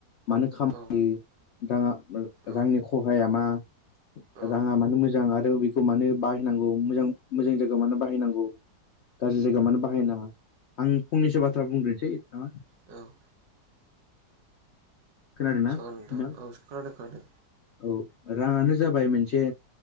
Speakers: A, on the left (about 85°); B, on the right (about 75°).
A: मानो खामाङो
B: औ औ
A: रांनि खहाया मा
B: औ
A: राङा
B: औ
A: मानो मोजां आरो बेखौ मानो बाहायनांगौ मोजां मोजां जायगायाव मानो बाहायनांगौ गाज्रि जायगायाव मानो बाहायनाङा आं फंनैसो बाथ्रा बुंग्रोसै नामा
B: औ
A: खोनादों ना
B: जागोन
A: नोंथां
B: औ खोनादों खोनादों औ
A: औ राङानो जाबाय मोनसे